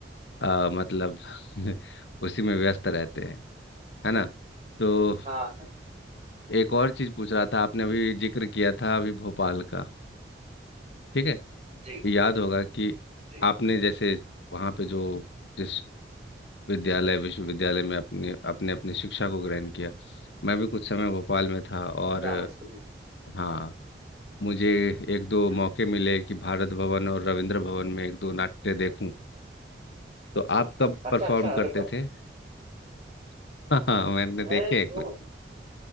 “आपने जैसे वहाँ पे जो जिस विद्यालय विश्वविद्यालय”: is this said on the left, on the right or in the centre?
Left